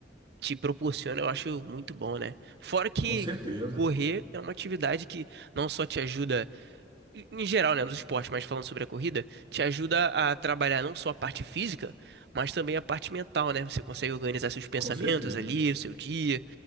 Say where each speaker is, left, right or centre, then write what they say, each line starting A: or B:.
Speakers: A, on the right; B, on the right.
A: te proporciona, eu acho muito bom, né? Fora que
B: com certeza.
A: correr é uma atividade que não só te ajuda em em geral, né, nos esportes, mas falando sobre a corrida, te ajuda a trabalhar não só a parte física, mas também a parte mental, né? Você consegue organizar seus pensamentos
B: Com certeza.
A: ali, o seu dia,